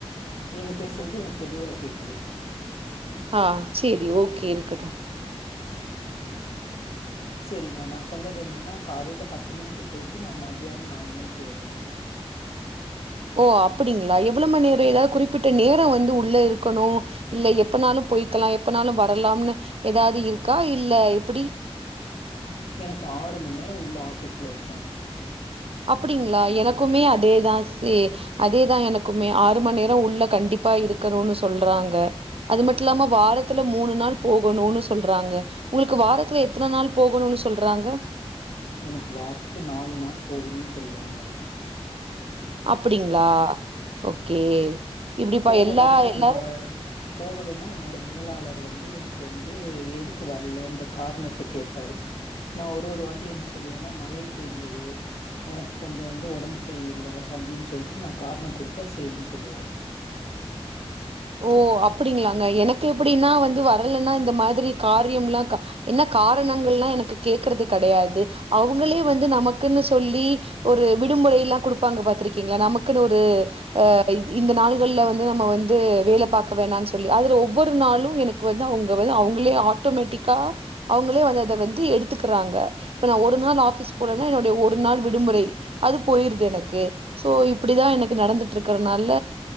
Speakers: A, on the left; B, on the right.
A: நீங்க பேசுறது எனக்கு தெளிவா கேக்குது
B: ஆ சேரி ஓகே இருக்கட்டும்
A: சேரிங்க நா சொன்னது என்னன்னா காலையில பத்து மணிக்கு போயிட்டு நா மதியானம் நாலு மணிக்கு வருவேன்
B: ஓ அப்படிங்களா எவ்வளோ மணி நேரம் ஏதாவது குறிப்பிட்ட நேரம் வந்து உள்ள இருக்கணும் இல்ல எப்பனாலும் போய்க்கலாம் எப்பனாலும் வரலாம்னு ஏதாவது இருக்கா இல்ல எப்படி
A: எனக்கு ஆறு மண் நேரம் உள்ள ஆபீஸ்ல இருக்கணும்
B: அப்படிங்களா எனக்குமே அதேதான் சே அதேதான் எனக்குமே ஆறு மண் நேரம் உள்ள கண்டிப்பா இருக்கணும்னு சொல்றாங்க அது மட்டும் இல்லாம வாரத்துல மூணு நாள் போகணும்ன்னு சொல்றாங்க உங்களுக்கு வாரத்துல எத்தன நாள் போகணும்னு சொல்றாங்க
A: எனக்கு வாரத்துக்கு நாலு நாள் போகணு சொல்றாங்க
B: அப்படிங்களா ஓகே இப்டிப்பா
A: போகலன்னா
B: எல்லா எல்லாரும்
A: என்னோட போகலன்னா என்னோட மேலாளர் வந்து எனக்கு வந்து எதுக்கு வரலன்ற காரணத்த கேப்பாரு நா ஒரு ஒரு வாட்டி என்ன சொல்லுவேனா மழை பெய்ந்தது எனக்கு கொஞ்சோ வந்து ஒடம்பு செரியில்ல அப்டின்னு சொல்ட்டு நா காரணோ குடுத்தா செரின்னு சொல்லுவாரு
B: ஓ அப்டிங்களாங்க எனக்கு எப்டினா வந்து வரலனா இந்த மாதிரி காரியம்லா க என்ன காரணங்கள்லா எனக்கு கேக்குறது கெடையாது அவுங்களே வந்து நமக்குன்னு சொல்லி ஒரு விடுமுறையிலா குடுப்பாங்க பாத்திருக்கீங்ளா நமக்குன்னு ஒரு அ இந்த நாள்கள்ல வந்து நம்ம வந்து வேல பாக்க வேணானு சொல்லி அதுல ஒவ்வொரு நாளு
A: ம்,
B: எனக்கு வந்து அவுங்க வந்து அவங்களே ஆட்டோமேட்டிக்கா அவங்களே வந்து அத வந்து எடுத்துக்குறாங்க இப்ப நா ஒரு நாள் ஆபீஸ் போலன்னா என்னுடைய ஒரு நாள் விடுமுறை அது போயிரு து எனக்கு
A: ம்,
B: சோ இப்டிதா எனக்கு நடந்துட்டு இருக்குறனால